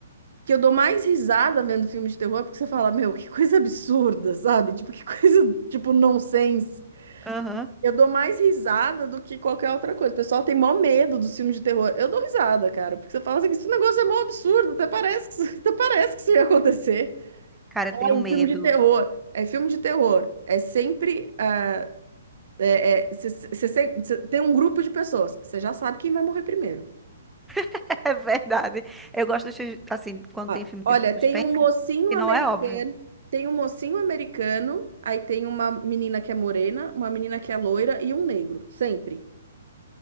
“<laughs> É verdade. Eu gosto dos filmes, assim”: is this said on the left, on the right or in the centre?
Centre